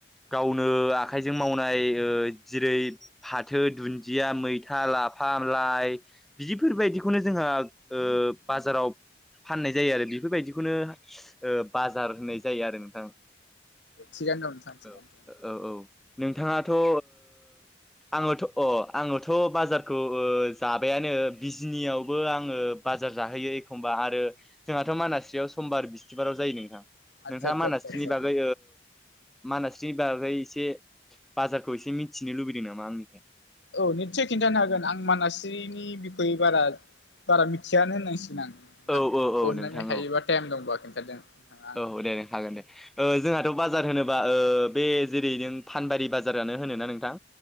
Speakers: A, in the centre; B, on the left.
A: गावनो आखाइजों मावनाय ओ जेरै फाथो दुन्दिया मैथा लाफा लाइ बिदिफोरबायदिखौनो जोंहा ओ बाजाराव फाननाय जायो आरो बेफोरबायदिखौनो ओ बाजार होनाय जायो आरो नोंथां।
B: थिगानो दङ नोंथां थिगानो।
A: औ औ नोंथाङाथ' ओ आङोथ' अ आङोथ' बाजारखौओ जाबायानो बिजनियावबो आङो बाजार जाहोयो एखमबा आरो जोंहाथ' मानास्रियाव समबार बिस्थिबाराव जायो नोंथां।
B: आदसा
A: नोंथाङा
B: आदसा
A: मानास्रिनि
B: आदसा
A: ओ
B: आदसा
A: बागै मानास नि बाराय एसे बाजारखौ एसे मिथिनो लुबैदों नामा आंनिफ्राय
B: औ निस्सय खिन्थानो हागोन आं मानास्रिनि बिखयै बारा बारा मिथियानो होननांसिगोन आं नोंथां
A: औ औ औ
B: अननानै
A: नोंथां
B: हायोबा
A: औ
B: टाइम दंबा खोन्थादो नोंथाङा आंनो
A: औ दे नोंथां हागोन दे जोंहाथ' बाजार होनोबा ओ बे जेरै नों फानबारि बाजारानो होनोना नोंथां।